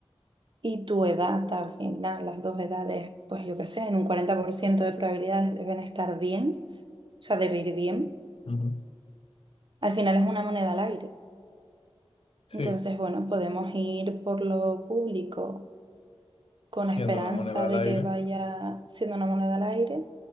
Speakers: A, on the right; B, on the left.
A: Y tu edad, al final, las dos edades, pues yo qué sé, en un 40% de probabilidades deben estar bien, o sea, de ir bien.
B: Ujú.
A: Al final es una moneda al aire.
B: Sí,
A: Entonces, bueno, podemos ir por lo público con
B: siendo
A: esperanza
B: una moneda al
A: de
B: aire,
A: que vaya siendo una moneda al aire,